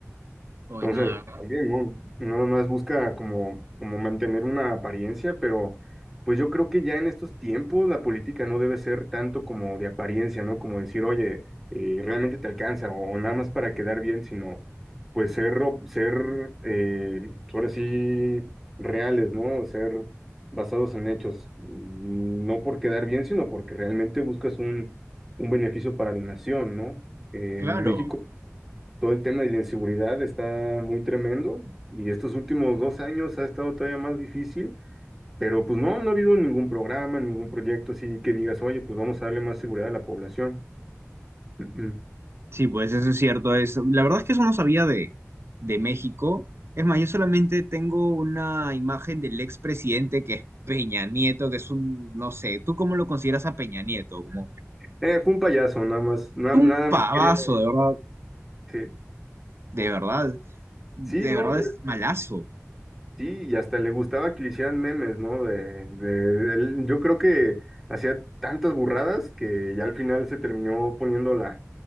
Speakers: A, on the right; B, in the centre.
A: Hoy
B: Entonces,
A: no, de ¿verdad?
B: también, ¿no? Nada más busca como, como mantener una apariencia, pero pues yo creo que ya en estos tiempos la política no debe ser tanto como de apariencia, ¿no? Como decir, oye, eh, realmente te alcanza o, o nada más para quedar bien, sino pues ser, ro- ser eh, ahora sí, reales, ¿no? Ser basados en hechos, mm, no por quedar bien, sino porque realmente buscas un, un beneficio para la nación, ¿no? Eh,
A: Claro.
B: México todo el tema de la inseguridad está muy tremendo y estos últimos dos años ha estado todavía más difícil, pero pues no, no ha habido ningún programa, ningún proyecto así que digas, oye, pues vamos a darle más seguridad a la población. Mm, mm.
A: Sí, pues eso es cierto. Es, la verdad es que eso no sabía de, de México. Es más, yo solamente tengo una imagen del expresidente que es Peña Nieto, que es un, no sé, ¿tú cómo lo consideras a Peña Nieto? Como
B: Eh, fue un payaso, nada más, na-
A: un
B: nada
A: pavazo,
B: más quería
A: de verdad,
B: decir.
A: de verdad, de
B: Sí, no,
A: verdad
B: pero-
A: es malazo.
B: Sí, y hasta le gustaba que le hicieran memes, ¿no? De, de- él- yo creo que hacía tantas burradas que ya al final se terminó poniendo la,